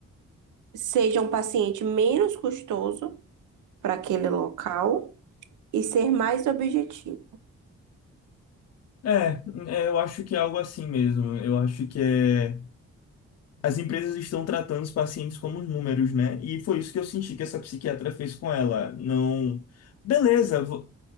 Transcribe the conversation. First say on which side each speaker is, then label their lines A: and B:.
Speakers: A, on the right; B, on the left.
A: seja um paciente menos custoso para aquele local e ser mais objetivo.
B: É, é, eu acho que é algo assim mesmo. Eu acho que é. as empresas estão tratando os pacientes como números, né? E foi isso que eu senti que essa psiquiatra fez com ela. Não. Beleza, vo-